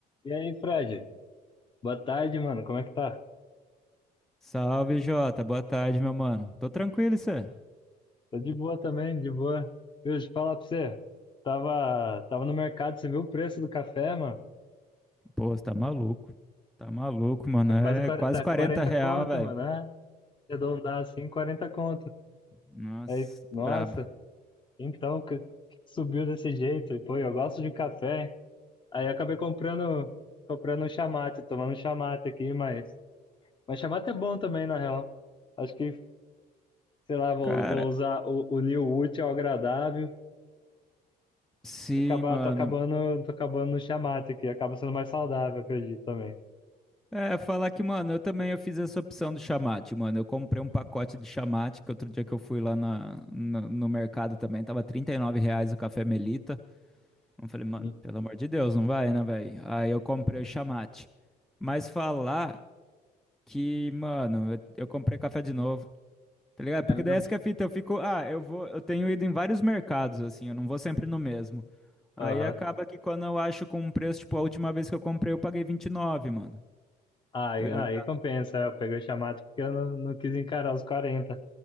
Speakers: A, on the left; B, in the centre.
A: E aí, Fred? Boa tarde, mano. Como é que tá?
B: Salve, Jota. Boa tarde, meu mano. Tô tranquilo, e cê?
A: Tô de boa também, de boa. Viu, Deixa eu falar pra você. Tava, tava no mercado, você viu o preço do café, mano?
B: Pô, você tá maluco. Tá maluco, mano.
A: Tá
B: É
A: quase quarenta
B: quase
A: tá
B: 40
A: 40
B: real,
A: conto,
B: velho.
A: mano. Ah, arredondar assim, 40 conto.
B: Nossa,
A: Aí, nossa,
B: brabo.
A: então, que, que subiu desse jeito? E, Pô, eu gosto de café. hein? Aí eu acabei comprando, comprando um chamate, tomando um chamate aqui, mas... Mas chamate é bom também, na real. Acho que, sei lá, vou,
B: Cara,
A: vou usar o, o unir o útil ao agradável
B: sim,
A: Acabar,
B: mano.
A: tô acabando, tô acabando no chamate aqui, acaba sendo mais saudável, acredito também.
B: É, falar que, mano, eu também eu fiz essa opção do chamate, mano. Eu comprei um pacote de chamate, que outro dia que eu fui lá na, no, no mercado também, tava 39 reais o café Melita. Eu falei, mano,
A: Sim,
B: pelo amor de Deus, não vai, né, velho? Aí eu comprei o chamate. Mas falar que, mano, eu, eu comprei café de novo. Tá ligado?
A: é
B: Porque
A: mesmo.
B: daí essa que é a fita, eu fico, ah, eu vou, eu tenho ido em vários mercados, assim, eu não vou sempre no mesmo. Aí
A: Aham.
B: acaba que quando eu acho com um preço, tipo, a última vez que eu comprei, eu paguei vinte e nove mano.
A: Aí,
B: Tá ligado?
A: aí compensa, eu peguei o chamate porque eu não, não quis encarar os quarenta